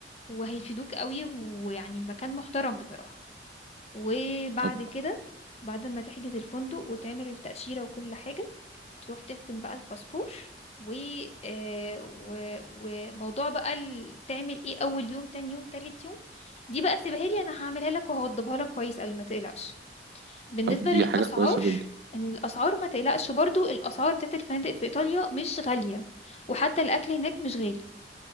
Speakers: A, on the left; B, on the right.
A: وهيفيدوك قوي ويعني المكان محترم بصراحة وبعد
B: طب
A: كده بعد ما تحجز الفندق وتعمل التأشيرة وكل حاجة تروح تختم بقى الباسبور و... آه، و... وموضوع بقى ال... تعمل ايه اول يوم تاني يوم تالت يوم دي بقى سيبها لي انا هعملها لك وهوضبها لك كويس قوي ما تقلقش بالنسبة
B: طب دي
A: للأسعار
B: حاجة كويسة جدا
A: إن الأسعار ما تقلقش برضو الأسعار بتاعت الفنادق في إيطاليا مش غالية وحتى الأكل هناك مش غالي